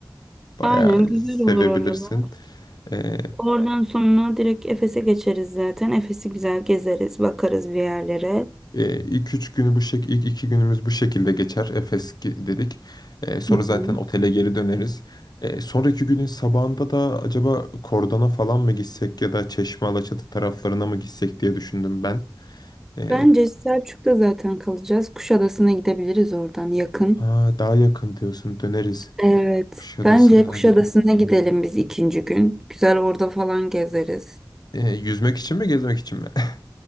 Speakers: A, on the left (about 65°); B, in the centre.
A: Bayağı
B: Aynen güzel
A: sevebilirsin.
B: olur orada.
A: E,
B: Oradan sonra direkt Efes'e geçeriz zaten. Efes'i güzel gezeriz, bakarız bir yerlere.
A: E, ilk üç günü bu şek ilk iki günümüz bu şekilde geçer. Efes ge- dedik. E, sonra
B: Hı
A: zaten
B: hı.
A: otele geri döneriz. E, sonraki günün sabahında da acaba Kordon'a falan mı gitsek ya da Çeşme Alaçatı taraflarına mı gitsek diye düşündüm ben. E,
B: Bence Selçuk'ta zaten kalacağız. Kuşadası'na gidebiliriz oradan yakın.
A: ha, daha yakın diyorsun döneriz.
B: Evet.
A: Kuşadası'na
B: Bence Kuşadası'na
A: da gidelim.
B: gidelim biz ikinci gün. Güzel orada falan gezeriz.
A: E, yüzmek için mi gezmek için mi? <laughs>